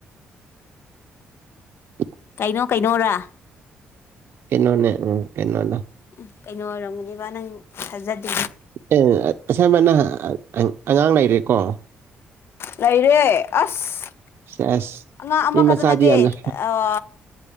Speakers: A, on the right; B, on the left.
A: <inaudible>
B: ꯀꯩꯅꯣ ꯀꯩꯅꯣꯣꯔꯥ
A: ꯀꯤꯅꯣꯟꯅꯦ ꯎꯝ ꯀꯤꯅꯣꯗꯣ
B: ꯎꯝ ꯀꯩꯅꯣ ꯑꯣꯏꯔꯝꯒꯅꯦꯕ ꯅꯪ ꯊꯥꯖꯗꯦꯕ
A: ꯑꯦ ꯑꯁꯝꯕꯅ ꯑꯉꯥꯡ ꯂꯩꯔꯦꯀꯣ
B: ꯂꯩꯔꯦ ꯑꯁ
A: ꯁꯦꯁ
B: ꯑꯉꯥꯡ ꯑꯃꯈꯛꯇ
A: ꯃꯤ ꯃꯆꯥꯗꯤ
B: ꯅꯠꯇꯦ
A: ꯌꯥꯝꯅ
B: ꯑꯣ